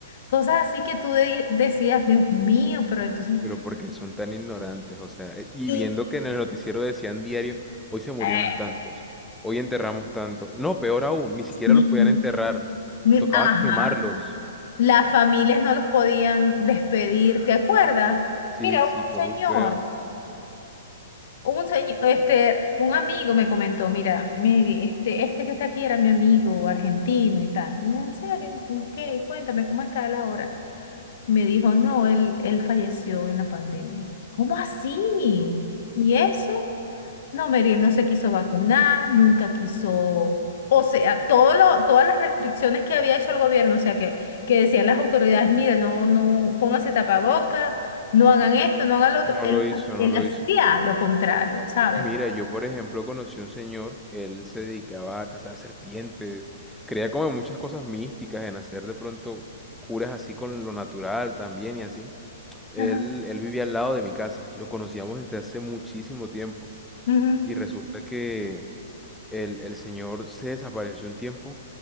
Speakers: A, on the left; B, in the centre.
A: Cosas así que tú de- decías, Dios mío, pero entonces...
B: Pero porque son tan ignorantes, o sea, eh, y
A: Y,
B: viendo que en el noticiero decían diario, hoy se murieron
A: eh,
B: tantos, hoy enterramos tantos. No, peor aún, ni siquiera
A: sí,
B: los podían enterrar.
A: mi-
B: Tocaba
A: ajá,
B: quemarlos.
A: las familias no los podían despedir, ¿te acuerdas?
B: Sí,
A: Mira,
B: sí,
A: hubo un
B: fue
A: señor
B: muy feo.
A: Un, señ- este, un amigo me comentó, mira, Mary, este, este que está aquí era mi amigo argentino y tal. Y yo, en serio, ¿Y ¿qué? Cuéntame, ¿cómo está él ahora? Me dijo, no, él, él falleció en la pandemia. ¿Cómo así? ¿Y eso? No, Meriel no se quiso vacunar, nunca quiso, o sea, todo lo, todas las restricciones que había hecho el gobierno, o sea, que, que decían las autoridades, mire, no, no, pónganse tapabocas, no hagan esto, no hagan lo otro,
B: No
A: él,
B: lo hizo, no
A: él
B: lo
A: hacía
B: hizo.
A: lo contrario, ¿sabes?
B: Mira, yo por ejemplo conocí un señor, él se dedicaba a cazar serpientes, creía como en muchas cosas místicas, en hacer de pronto curas así con lo natural también y así. Él,
A: Ajá,
B: él vivía al lado de mi casa y lo conocíamos desde hace muchísimo tiempo.
A: ujú,
B: Y resulta que el, el señor se desapareció un tiempo,